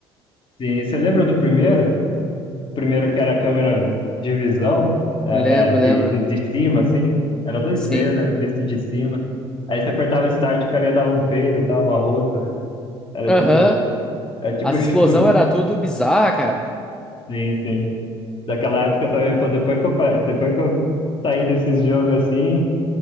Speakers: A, on the left; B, in the centre.
A: Sim, e você lembra do primeiro? primeiro que era a câmera de visão, é,
B: Lembro,
A: é, de,
B: lembro.
A: do, de cima, assim, era 2D,
B: Sim.
A: né? Visto de cima. Aí você apertava Start e o cara dava um peido e tal, um arroto. Era
B: Aham.
A: tipo, é tipo
B: As
A: <laughs> isso.
B: explosões era tudo bizarra, cara.
A: Sim, sim. Daquela época também, pô, depois que eu, pa- depois que eu saí desses jogos assim,